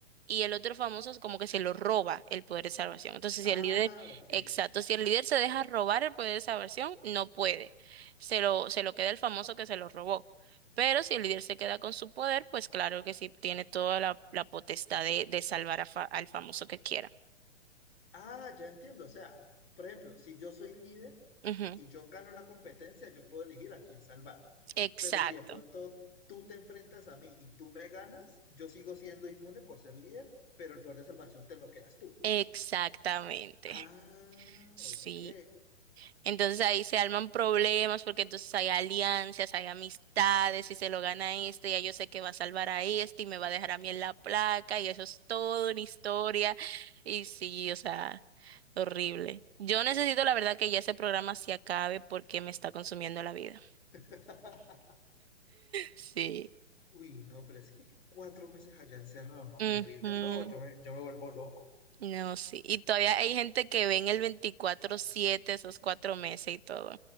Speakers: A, on the right (about 55°); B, on the left (about 50°).
A: y el otro famoso es como que se lo roba el poder de salvación. Entonces,
B: Ah,
A: si el líder,
B: ok.
A: exacto, si el líder se deja robar el poder de salvación, no puede. Se lo, se lo queda el famoso que se lo robó. Pero si el líder se queda con su poder, pues claro que sí tiene toda la, la potestad de, de salvar a fa- al famoso que quiera.
B: Ah, ya entiendo. O sea, por ejemplo, si yo soy líder
A: Ujú.
B: y yo gano la competencia, yo puedo elegir a quién salvar.
A: Exacto.
B: Pero si de pronto tú te enfrentas a mí y tú me ganas, yo sigo siendo inmune por ser líder, pero el poder de salvación te lo quedas tú.
A: Exactamente.
B: Ah,
A: Sí,
B: ok.
A: entonces ahí se alman problemas porque entonces hay alianzas, hay amistades, y se lo gana este, ya yo sé que va a salvar a este y me va a dejar a mí en la placa y eso es todo una historia y sí, o sea, horrible. Yo necesito la verdad que ya ese programa se acabe porque me está consumiendo la vida.
B: <laughs>
A: <laughs> Sí.
B: Uy, no, pero es que cuatro meses allá encerrado, no,
A: Ujú.
B: terrible. No, yo me, yo me vuelvo loco.
A: No, sí. Y todavía hay gente que ve en el veinticuatro siete esos cuatro meses y todo.